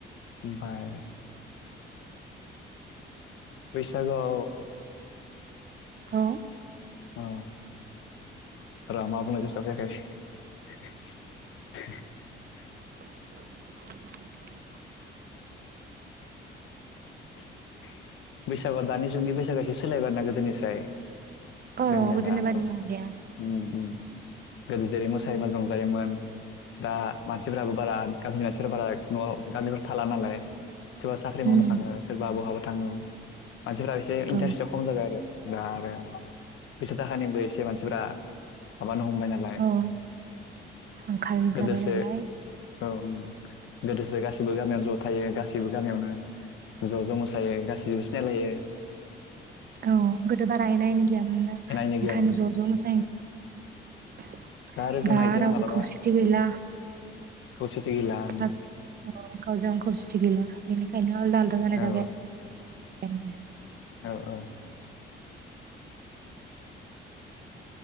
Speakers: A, on the left (about 80°); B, on the right (about 50°).
A: ओमफाय बैसागोआव
B: औ
A: अ र' मा बुनो गोसोआव फैयाखै <unintelligible>
B: <unintelligible>
A: <unintelligible> बैसागु दानि जुगनि बैसागो सोलायबायना गोदोनिस्राय
B: औ
A: जोंनिया
B: गोदोनि
A: दा
B: बादि नंलिया
A: उम उम गोदो जेरै मोसायो मोन रं जायोमोन दा। मानसिफोराबो बारा गामिनि मानसिफोरा बारा न'आव गामिफोर थाला नालाय सोरबा साख्रि मावनो
B: उम
A: थाङो। बहाबा थाङो। मानसिफोरा एसे इन्टारेस्टआ
B: औ
A: खम जाबाय आरो। दा आरो फैसा थाखानिबो एसे मानसिफ्रा माबानो हमबाय नालाय
B: औ आंखाल
A: गोदोसो
B: जाबाय नालाय
A: औ गोदोसो गासिबो गामियाव ज' थायोबो गा गासिबो गामियावनो ज' ज' मोसायो गासैबो सिनायलायो
B: औ गोदो बारा एना एनि गैयामोन ना
A: एनि गैयामोन
B: ओंखायनो ज' ज' मोसायोमोन
A: आरो जोंना
B: दा
A: बिदिनो
B: रावबो
A: मालाबा
B: खौसेथि गैला।
A: खौसेथि गैला
B: <unintelligible>
A: औ
B: खौसेथि गैला बेनिखायनो आलदा आलदा जानाय
A: औ
B: जाबाय <unintelligible>
A: औ औ